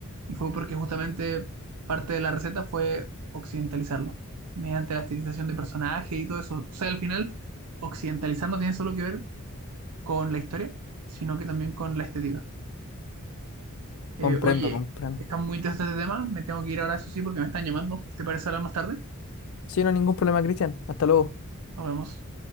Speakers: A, on the right; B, on the left.
A: Y fue porque justamente parte de la receta fue occidentalizarlo, mediante la estilización de personajes y todo eso. O sea, al final, occidentalizar no tiene solo que ver con la historia, sino que también con la estética. Eh,
B: Comprendo,
A: oye,
B: comprendo.
A: está muy interesante este tema, me tengo que ir ahora, eso sí, porque me están llamando. ¿Te parece hablar más tarde?
B: Sí, no hay ningún problema, Cristian. Hasta luego.
A: Nos vemos.